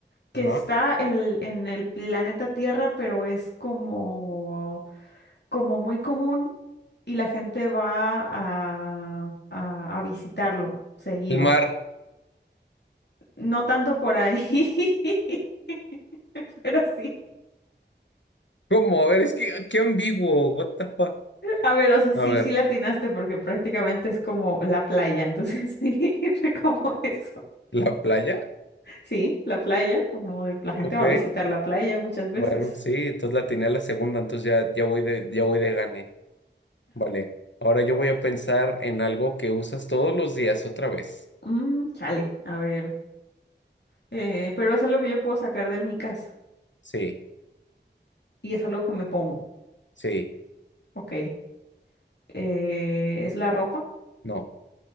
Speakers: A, on the left (about 65°); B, on the left (about 80°).
A: que
B: Ajá.
A: está en el, en el planeta Tierra, pero es como, como muy común y la gente va a, a, a visitarlo seguido.
B: El mar.
A: No tanto por ahí, <laughs> pero sí.
B: ¿Cómo? A ver, es que qué ambiguo. What the fuck?
A: A ver, o sea, sí,
B: A ver,
A: sí latinaste porque prácticamente es como la playa, entonces <laughs> sí, fue como eso.
B: ¿la playa?
A: Sí, la playa, como de, la gente
B: Ok,
A: va a visitar la playa muchas veces.
B: bueno, sí, entonces la tenía la segunda, entonces ya, ya voy de, ya voy de gane. Vale. Ahora yo voy a pensar en algo que usas todos los días otra vez.
A: Mm, chale, a ver. Eh, pero es algo que yo puedo sacar de mi casa
B: Sí,
A: y es algo que me pongo.
B: sí,
A: Ok. Eh, es la ropa,
B: no.